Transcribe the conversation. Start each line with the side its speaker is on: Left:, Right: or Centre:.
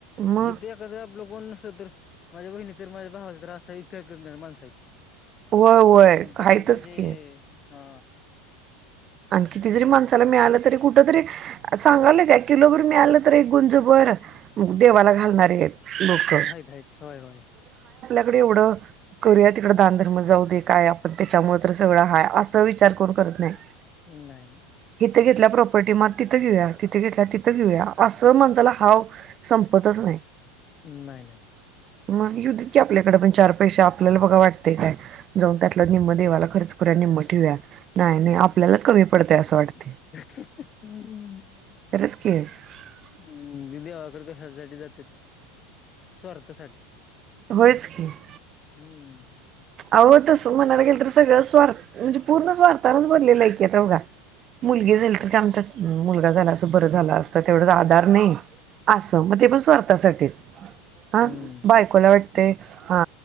Right: मग
Left: हितं एखादं आपलं कोण नसलं तर माझ्या बहिणी तर माझ्या भावाचा त्रास आहे इचार करणारे माणसं आहेत.
Right: होय होय
Left: पण
Right: आहेतच
Left: तसं तुझे
Right: की
Left: हा
Right: आन किती जरी माणसाला मिळालं तरी कुठं तरी, सांगायलोय काय, किलोभर मिळालं तर एक गुंज भर देवाला घालणारी आहेत. लोक
Left: घाई घाई त होय होय <inaudible>
Right: इकड येवड <inaudible> करूया तिकडं दानधर्म जाऊ दे काय आपण त्याच्यामुळे तर सगळं हाय अस विचा विचार करू करत नाही. <inaudible>
Left: नाही नाही. <inaudible>
Right: इथं घेतल्या प्रॉपर्टी म तिथं घेऊया तिथे घेतल्या तिथं घेऊया असं म्हणसाला हाव. <inaudible> संपतच नाही.
Left: नाही नाही.
Right: <inaudible> मग. युध इत की आपल्याकडे पण चार पैसे आपल्याला बघा वाटतय काय जाऊन त्यातल निम् देवाला खर्च निम्म ठेवूया <inaudible> नाही नाही आपल्याला कमी पडते अस वाटतं.
Left: <unintelligible> हम्म
Right: तेच की, <inaudible>
Left: हम् देवाकडे कशासाठी जातेत- <inaudible> स्वार्थासाठी.
Right: होयच की- <inaudible>
Left: हम्म
Right: <inaudible> अहो तसं मनाली गेलं तर सगळं स्वार्थम्हणजे पूर्ण स्वार्थानेच भरले की आता बघा <inaudible> मुलगी झाली तर काय म्हणतात मुलगाझाला असता तर बर झाल असतं तेवढेच आधार नाही <inaudible> असं म ते पण स्वार्थासाठीच. <inaudible> हा
Left: हम्म
Right: बायकोला वाटते. हा